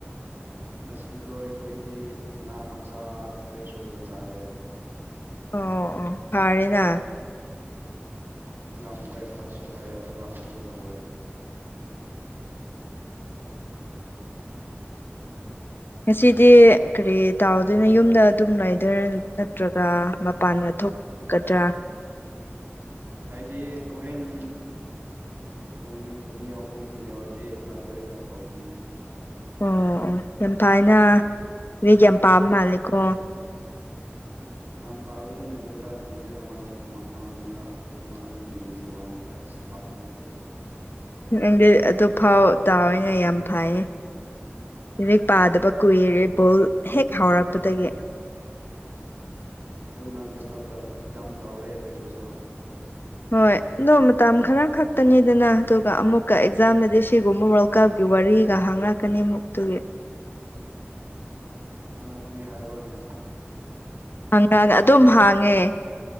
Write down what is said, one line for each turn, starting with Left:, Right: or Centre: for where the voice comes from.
Right: ꯑꯁꯤꯗꯣ ꯑꯩꯈꯣꯏꯗꯤ ꯉꯥ ꯃꯆꯥ ꯐ꯭ꯔꯦꯁ ꯑꯣꯏꯕ ꯆꯥꯏꯌꯦ
Left: ꯑꯣ ꯑꯣ ꯐꯔꯦꯅ
Right: ꯌꯥꯝ ꯍꯣꯏ ꯐꯁꯨ ꯐꯩꯌꯦ ꯑꯗꯨꯒ ꯍꯥꯎꯁꯨ ꯍꯥꯎꯋꯦ <inaudible>
Left: ꯉꯁꯤꯗꯤ ꯀꯔꯤ ꯇꯥꯎꯗꯣꯏꯅꯣ ꯌꯨꯝꯗ ꯑꯗꯨꯝ ꯂꯩꯗꯣꯏꯔ ꯅꯠꯇ꯭ꯔꯒ ꯃꯄꯥꯟꯒ ꯊꯣꯛ ꯀꯗꯥ
Right: ꯑꯩꯗꯤ ꯍꯣꯔꯦꯟ ꯄꯨꯡ ꯑꯅꯤ ꯑꯍꯨꯝ ꯌꯧꯔꯗꯤ ꯂꯥꯏꯕ꯭ꯔꯦꯔꯤꯗ ꯊꯧꯒꯅꯤ
Left: ꯑꯣ ꯑꯣ ꯌꯥꯝ ꯐꯥꯏꯅ ꯂꯥꯏꯔꯤꯛ ꯌꯥꯝ ꯄꯥꯕ ꯃꯥꯜꯂꯦꯀꯣ
Right: ꯌꯥꯝ ꯄꯥꯕꯗꯤ ꯅꯠꯇꯦꯗꯥ ꯅꯨꯃꯤꯠ ꯑꯃꯗ ꯄꯨꯡ ꯑꯃ ꯑꯅꯤ ꯑꯗꯨꯒꯨꯝꯕ ꯑꯗꯨꯝ ꯌꯦꯡꯕꯤꯕ ꯋꯥꯅꯤꯗꯥ ꯌꯥꯝ ꯄꯥꯕ ꯅꯠꯇꯦ
Left: ꯅꯪꯗꯤ ꯑꯗꯨ ꯐꯥꯎ ꯇꯥꯎꯏꯅ ꯌꯥꯝ ꯐꯌꯦ ꯔꯤꯛ ꯄꯥꯗꯕ ꯀꯨꯏꯔꯦ ꯕꯣꯜ ꯍꯦꯛ ꯍꯥꯎꯔꯛꯄꯗꯒꯤ
Right: ꯑꯗꯨꯅ ꯗꯤꯁꯇꯔꯕ ꯌꯥꯝ ꯇꯧꯔꯦ ꯑꯩꯈꯣꯏꯕꯨꯁꯨ
Left: ꯍꯣꯏ ꯑꯣ ꯃꯇꯝ ꯈꯔ ꯈꯛꯇꯅꯤꯗꯅ ꯑꯗꯨꯒ ꯑꯃꯨꯛꯀ ꯑꯦꯛꯖꯥꯝꯗꯗꯤ ꯁꯤꯒꯨꯝꯕ ꯀꯞꯀꯤ ꯋꯥꯔꯤꯒ ꯍꯪꯂꯛꯀꯅꯤ ꯑꯃꯨꯛ ꯑꯗꯨꯒꯤ
Right: ꯍꯪꯂꯛꯀꯅꯤ ꯍꯥꯏꯕꯔꯣꯅꯦ
Left: ꯍꯪꯒꯥꯥꯡ ꯑꯗꯨꯝ ꯍꯥꯡꯉꯦ